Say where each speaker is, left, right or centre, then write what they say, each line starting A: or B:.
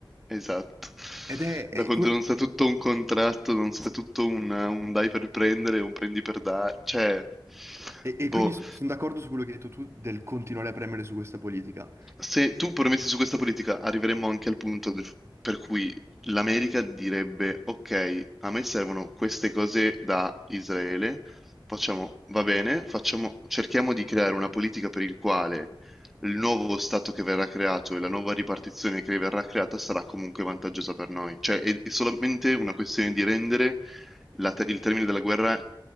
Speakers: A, in the centre; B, on the right (about 30°).
A: Esatto.
B: Ed è, è
A: Da quando
B: come-
A: non sa tutto un contratto, non sa tutto un, un dai per prendere, un prendi per dare, cioè,
B: e, e
A: boh.
B: quindi sono d'accordo su quello che hai detto tu del continuare a premere su questa politica.
A: Se tu permetti su questa politica, arriveremmo anche al punto del- per cui l'America direbbe: Ok, a me servono queste cose da Israele, facciamo, va bene, facciamo, cerchiamo di creare una politica per il quale il nuovo Stato che verrà creato e la nuova ripartizione che verrà creata sarà comunque vantaggiosa per noi. Cioè, è, è solamente una questione di rendere la te- il termine della guerra